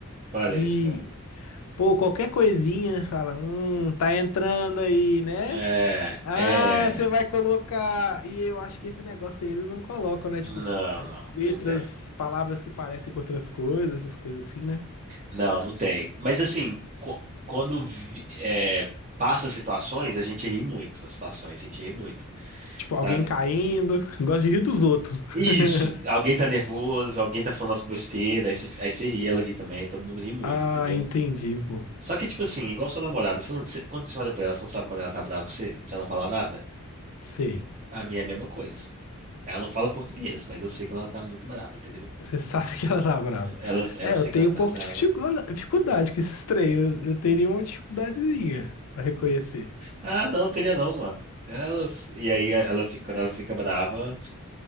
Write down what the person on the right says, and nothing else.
Parece,
cara.
É,
é.
Não, não,
não tem.
Não, não tem. Mas assim, qu- quando vi- é, passa situações, a gente ri muito. As situações, a gente ri muito.
Sabe?
Isso. Alguém tá nervoso, alguém tá falando as besteiras, aí você, aí você ri, ela ri também, todo mundo ri muito,
entendeu?
Só que, tipo assim, igual sua namorada, você não- você- quando você olha pra ela, você não sabe quando ela tá brava com você? Se ela não falar nada?
A minha é a mesma coisa. Ela não fala português, mas eu sei que ela tá muito brava, entendeu?
Elas, eu
sei
que ela tá
brava.
Ah, não, queria não, mano. Elas, e aí ela fica, quando ela fica brava,